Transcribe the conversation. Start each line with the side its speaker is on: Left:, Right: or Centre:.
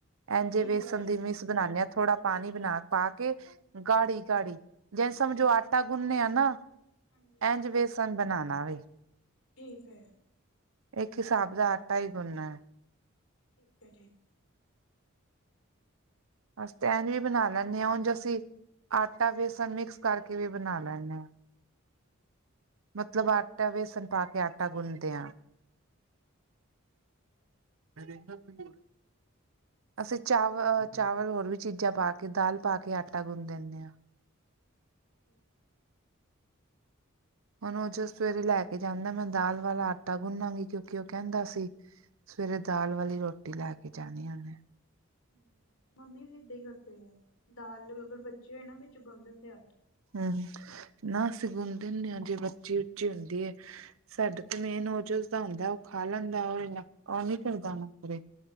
Right: ਇਝੇ
Left: ਠੀਕ
Right: ਬੇਸਣ
Left: ਹੈ ਠੀਕ
Right: ਦੀ ਮਿਸ
Left: ਹੈ
Right: ਬਣਾਉਦੇ ਹਾਂ ਥੋੜਾ ਪਾਣੀ ਬਣਾ ਪਾ ਕੇ ਗਾੜੀ ਗਾੜੀ ਜੇ ਸਮਝੋ ਆਟਾ ਗੁੰਨਦੇ ਆ ਨਾ
Left: ਹਾਂਜੀ ਹਾਂਜੀ
Right: ਇੰਝ ਬੇਸਨ ਬਣਾਣਾ ਵੇ
Left: ਠੀਕ ਹੈ
Right: ਇੱਕ ਹਿਸਾਬ ਦਾ ਆਟਾ ਹੀ ਗੁੰਨਾ ਐ
Left: ਠੀਕ ਹੈ ਠੀਕ ਹੈ
Right: ਅਸਾ ਤੇ ਐਂਜ ਵੀ ਬਣਾ ਲੈਂਦੇ ਹਾਂ ਉਂਝ ਅਸੀਂ ਆਟਾ ਬੇਸਣ ਮਿਕਸ ਕਰਕੇ ਵੀ ਬਣਾ ਲੈਂਦੇ ਹਾਂ ਮਤਲਬ ਆਟਾ ਵੇਸਣ ਪਾ ਕੇ ਆਟਾ ਗੁੰਨਦੇ ਹਾਂ ਮੈਂਰੇ ਕੋਈ ਬੋ ਅਸੀਂ ਚਾਵਲ ਚਾਵਲ ਹੋਰ ਵੀ ਚੀਜ਼ਾਂ ਪਾ ਕੇ ਦਾਲ ਪਾ ਕੇ ਆਟਾ ਗੁਨ ਦਿੰਦੇ ਹਾਂ
Left: ਠੀਕ ਹੈ
Right: ਹੁਣ ਉਹ ਜੋ ਸਵੇਰੇ ਲੈ ਕੇ ਜਾਂਦਾ ਮੈਂ ਦਾਲ ਵਾਲਾ ਆਟਾ ਗੂੰਨਾ ਵੀ ਕਿਉਂਕਿ ਉਹ ਕਹਿੰਦਾ ਸੀ ਸਵੇਰੇ ਦਾਲ ਵਾਲੀ ਰੋਟੀ ਲੈ ਕੇ ਜਾਣੀ ਊਣੇ
Left: ਹੂੰਮ ਮੰਮੀ ਵੀ ਏਦਾਂ ਹੀ ਕਰਦੇ ਆ ਦਾਲ ਅਗਰ ਬੱਚੇ ਹੋਏ ਨਾ ਵਿੱਚ ਗੁੰਨ ਦਿੰਦੇ ਆਟਾ
Right: ਹੂੰਮ ਨਾ ਅਸੀਂ ਗੁੰਣ ਦਿੰਦੇ ਹਾਂ ਜੇ ਬੱਚੀ ਉੱਚੀ ਹੁੰਦੀ ਹੈ ਸਾਡਾ ਤੇ ਮੇਨ ਉਹ ਜੋ ਉਸਦਾ ਹੁੰਦਾ ਉਹ ਖਾ ਲੈਂਦਾ ਉਹ ਇਨਾ ਉਹ ਨੀ ਕਰਦਾ ਨਖਰੇ